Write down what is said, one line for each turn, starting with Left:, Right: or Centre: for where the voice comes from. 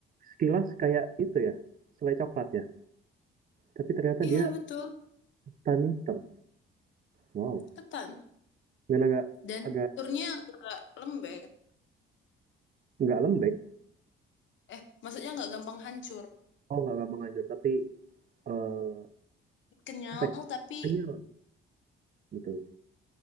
Right: sekilas kayak itu ya, selai coklat ya. Tapi ternyata
Left: iya
Right: dia
Left: betul.
Right: tan hitam. Wow.
Left: Ketan.
Right: Dan agak
Left: Dan
Right: agak
Left: teksturnya enggak lembek.
Right: nggak lembek.
Left: Eh, maksudnya nggak gampang hancur.
Right: Oh, nggak gampang hancur, tapi eh
Left: Kenyal
Right: apa ya?
Left: tapi
Right: Kenyal gitu.